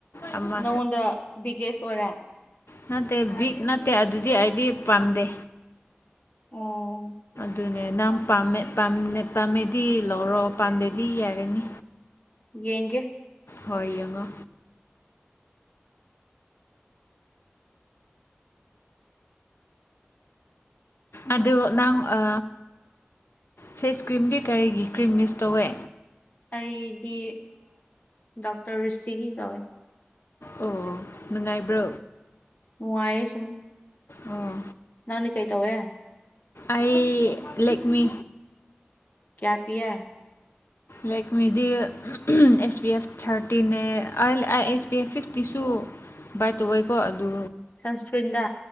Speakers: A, on the left (about 70°); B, on the left (about 40°).
A: ꯑꯃ
B: ꯅꯉꯣꯟꯗ ꯕꯤꯒꯦꯁ ꯑꯣꯏꯔꯦ
A: ꯅꯠꯇꯦ ꯕꯤꯛ ꯅꯠꯇꯦ ꯑꯗꯨꯗꯤ ꯑꯩꯗꯤ ꯄꯥꯝꯗꯦ
B: ꯑꯣ
A: ꯑꯗꯨꯅꯦ ꯅꯪ ꯄꯥꯝꯃꯦꯃꯦ ꯄꯥꯝꯃꯦꯗꯤ ꯂꯧꯔꯣ ꯄꯥꯝꯗꯦꯗꯤ ꯌꯥꯔꯅꯤ
B: ꯌꯦꯡꯒꯦ
A: ꯍꯣꯏ ꯌꯦꯡꯉꯣ ꯑꯗꯨ ꯅꯪ ꯑ ꯐꯦꯁ ꯀ꯭ꯔꯤꯝꯗꯤ ꯀꯔꯤꯒꯤ ꯀ꯭ꯔꯤꯝ ꯃꯤꯁ ꯇꯧꯋꯦ
B: ꯑꯩꯗꯤ ꯗꯥꯛꯇꯔ ꯔꯨꯁꯤꯒꯤ ꯇꯧꯋꯦ
A: ꯑꯣ ꯅꯨꯡꯉꯥꯏꯕ꯭ꯔꯣ
B: ꯎꯉꯥꯏꯌꯦ ꯁꯨꯝ
A: ꯑꯣ
B: ꯅꯗꯤ ꯀꯩ ꯇꯧꯋꯦ
A: ꯑꯩ ꯂꯦꯛꯃꯤ
B: ꯀꯌꯥ ꯄꯤꯌꯦ
A: ꯂꯥꯏꯛ ꯃꯦꯗꯤ ꯑꯦꯁ ꯄꯤ ꯑꯦꯐ ꯊꯥꯔꯇꯤꯅꯦ ꯑ ꯑꯦꯁ ꯄꯤ ꯑꯦꯐ ꯐꯤꯐꯇꯤꯁꯨ ꯚꯥꯏ ꯇꯧꯑꯣꯏꯀꯣ ꯑꯗꯨ
B: ꯁꯟꯁꯀ꯭ꯔꯤꯟꯗ